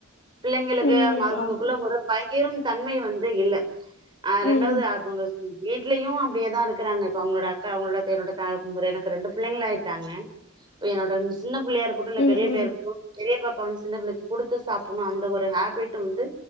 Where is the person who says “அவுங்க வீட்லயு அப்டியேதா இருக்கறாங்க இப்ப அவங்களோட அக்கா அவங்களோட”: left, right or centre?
Right